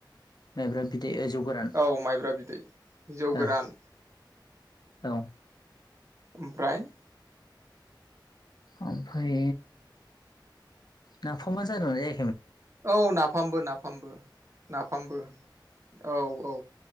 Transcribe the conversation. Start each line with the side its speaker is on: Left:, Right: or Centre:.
Left: माइब्रा बिदै जौ गोरान
Right: औ माइब्रा बिदै जौ
Left: ओ
Right: गोरान।
Left: औ
Right: ओमफ्राय
Left: ओमफ्राय नाफमा जादों ना जाया
Right: औ नाफामबो नाफामबो नाफामबो औ औ